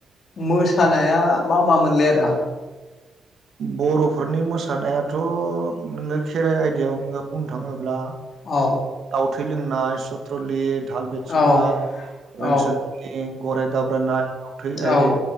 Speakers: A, on the left; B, on the right.
A: मोसानाया मा मा मोनलै आदा
B: बर'फोरनि मोसानायाथ' नोङो खेराइ आयदायाव नोङो बुंनो थाङोब्ला
A: औ
B: थै लोंनाय सथ्रलि धाल बेसिबनाय
A: औ
B: रोनसोनद्रि
A: औ
B: गराय दाब्रायनाय दाव थै आइ
A: औ